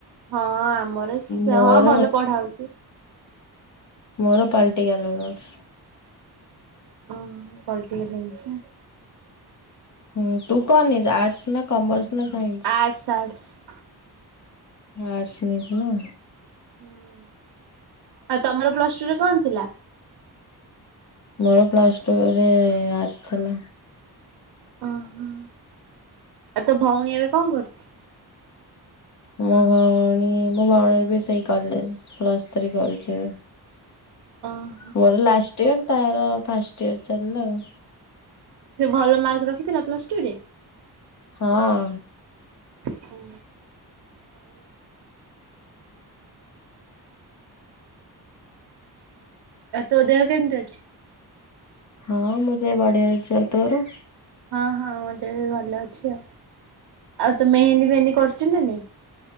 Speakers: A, on the right (about 85°); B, on the left (about 45°).
A: ହଁ ଆମର ସେ
B: ମୋର
A: ହଁ ଭଲ ପଢା ହଉଛି।
B: ମୋର ପଲଟିକାଲ୍ ଅର୍ନସ।
A: ହଁ ପଲିଟିକାଲ ସାଇନ୍ସ ନା?
B: ହୁଁ ତୁ କଣ ନେଇଛୁ ଆର୍ଟସ ନା କମର୍ସ? ନା ସାଇନ୍ସ?
A: Arts arts.
B: ଆର୍ଟସ ନେଇଛି ନା।
A: ହୁଁ ଆଉ ତମର ପ୍ଲସ ଟୁ ରେ କଣ ଥିଲା?
B: ମୋର ପ୍ଲସ ଟୁରେ ଆର୍ଟସ୍ ଥିଲା।
A: ଓହୋ, ଆଉ ତୋ ଭଉଣୀ ଏବେ କଣ କରୁଛି?
B: ମୋ ଭଉଣୀ ମୋ ଭଉଣୀ ବି ସେଇ କଲେଜ ପ୍ଲସ୍ ଥ୍ରୀ କରୁଛି ଏବେ।
A: ଅଁ
B: ମୋର ଲାଷ୍ଟ ଇୟର ତାର ଫାଷ୍ଟ ଇୟର ଚାଲିଲା ଆଉ।
A: ସେ ଭଲ ମାର୍କ ରଖିଥିଲା ପ୍ଲସ ଟୁ ରେ।
B: ହଁ।
A: ହଁ ହଁ ଆଉ ତୋ ଦେହ କେମିତି ଅଛି?
B: ହଁ ମୋ ଦେହ ବଢିଆ ଅଛି ଆଉ ତୋର?
A: ହଁ ହଁ ମୋ ଦେହ ବି ଭଲ ଅଛି ଆଉ, ଆଉ ତୁ ମେହେନ୍ଦୀ ଫେହେନ୍ଦୀ କରୁଛୁ ନାଁ ନାଇଁ?